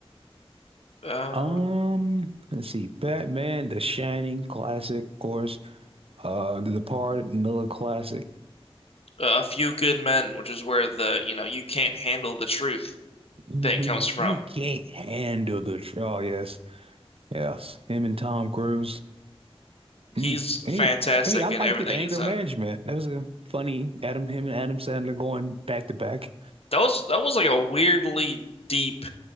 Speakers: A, on the left; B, on the right.
A: Uh,
B: Um, let's see, Batman, The Shining, classic, of course. Uh, The Departed, another classic.
A: A Few Good Men, which is where the you know you can't handle the truth
B: <laughs> You,
A: thing comes from.
B: you can't handle the truth. Oh, yes, yes. Him and Tom Cruise.
A: He's
B: Mm. I
A: fantastic
B: mean, I mean, I
A: in
B: liked
A: everything
B: it. The anger
A: he's in.
B: management. That was a funny Adam, him and Adam Sandler going back to back.
A: That was that was like a weirdly deep